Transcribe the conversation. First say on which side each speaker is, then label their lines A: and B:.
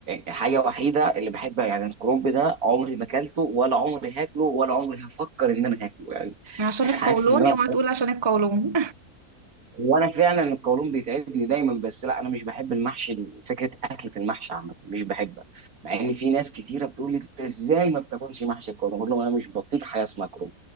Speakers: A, on the right; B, on the right.
A: حاجه وحيده اللي بحبها يعني الكرنب ده عمري ما اكلته ولا عمري هاكله ولا عمري هفكر ان انا هاكله يعني
B: عشان
A: <laughs>
B: القولون
A: عارف ان انا
B: اوعى تقول عشان القولون
A: وانا فعلا القولون بيتعبني دايما بس لا انا مش بحب المحشي فكره اكله المحشي عامه مش بحبها مع ان في ناس كتيره بتقول لي انت ازاي ما بتاكلش محشي الكرنب بقول لهم انا مش بطيق حاجه اسمها كرنب